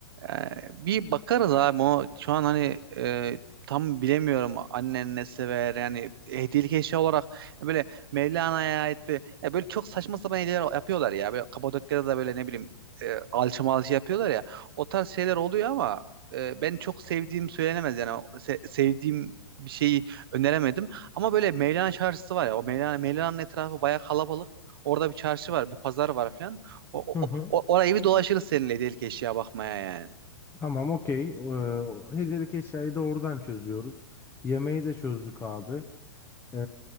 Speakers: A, on the right; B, on the left.
A: Ee, bir bakarız abi o şu an hani e, tam bilemiyorum annen ne sever yani hediyelik eşya olarak böyle Mevlana'ya ait bir ya böyle çok saçma sapan hediyeler yapıyorlar ya böyle Kapadokya'da da böyle ne bileyim e, alçı malçı yapıyorlar ya o tarz şeyler oluyor ama e, ben çok sevdiğim söylenemez yani O se- sevdiğim bir şeyi öneremedim ama böyle Mevlana çarşısı var ya o Mevlana Mevlana'nın etrafı bayağı kalabalık orada bir çarşı var bir pazar var falan o,
B: Hı
A: o-
B: hı.
A: o- orayı bir dolaşırız seninle delik eşya bakmaya yani.
B: Tamam okey. Ee, o hediyelik eşyayı da oradan çözüyoruz. Yemeği de çözdük abi. Ee,